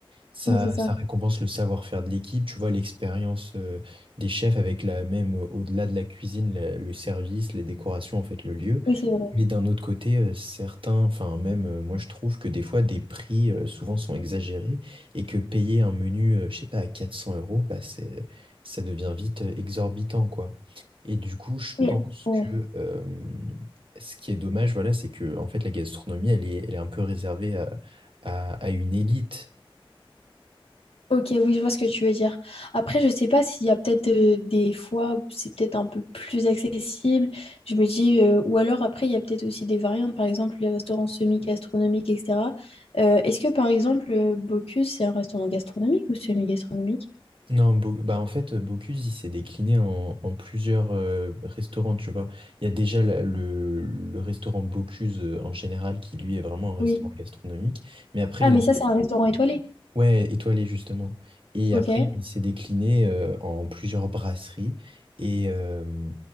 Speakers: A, on the right (about 65°); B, on the left (about 85°).
A: Ça,
B: Oui, c'est ça.
A: ça récompense le savoir-faire de l'équipe, tu vois, l'expérience euh, des chefs avec la même, euh, au-delà de la cuisine, la- le service, les décorations, en fait, le lieu.
B: Oui, c'est vrai.
A: Mais d'un autre côté, euh, certains, enfin même euh, moi je trouve que des fois des prix euh, souvent sont exagérés et que payer un menu, euh, je sais pas, à 400 euros, bah, c'est, ça devient vite euh, exorbitant, quoi. Et du coup, je
B: Oui.
A: pense
B: Ouais.
A: que euh, ce qui est dommage, voilà, c'est que en fait la gastronomie, elle est, elle est un peu réservée à, à- à une élite.
B: Ok, oui, je vois ce que tu veux dire. Après, je sais pas s'il y a peut-être euh, des fois où c'est peut-être un peu plus accessible. Je me dis, euh, ou alors après, il y a peut-être aussi des variantes, par exemple les restaurants semi-gastronomiques, etc. Euh, est-ce que par exemple, euh, Bocuse, c'est un restaurant gastronomique ou semi-gastronomique?
A: Non, Bo- bah en fait, Bocuse, il s'est décliné en, en plusieurs euh, restaurants, tu vois. Il y a déjà la- le, le restaurant Bocuse euh, en général, qui lui est vraiment un
B: Oui.
A: restaurant gastronomique. Mais après,
B: Ah,
A: il
B: mais
A: a...
B: ça, c'est un restaurant étoilé.
A: Ouais, étoilé justement. Et
B: Ok.
A: après,
B: Et
A: il s'est décliné euh, en plusieurs brasseries. Et, euh,